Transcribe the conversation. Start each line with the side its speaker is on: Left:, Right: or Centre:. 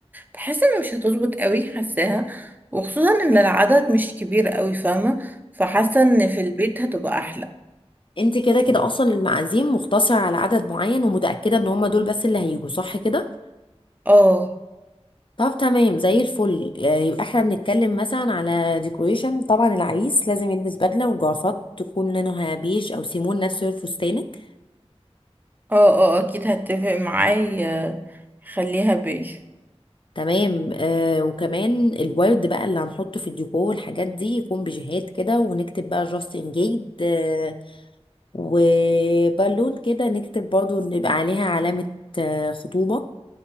Right: بحس ان مش هتظبط قوي حاساها وخصوصا ان العدد مش كبير قوي فاهمه فحاسه ان في البيت هتبقى احلى
Left: انت كده كده اصلا المعازيم مقتصرة على عدد معين ومتأكدة ان هما دول بس اللي هيجوا صح كده
Right: اه
Left: طب تمام زي الفل آه، يبقى احنا بنتكلم مثلا على ديكوريشن طبعا العريس لازم يلبس بدلة وجرافات تكون لونها بيج او سيمون نفس لون فستانك
Right: اه اه اكيد هتفق معايا خليها بيج
Left: تمام آه وكمان الورد بقى اللي هنحطه في الديكور والحاجات دي يكون بجهات كده ونكتب بقى جاست انجيجد آه وبالون كده نكتب برضو إن يبقى عليها علامة آه، خطوبة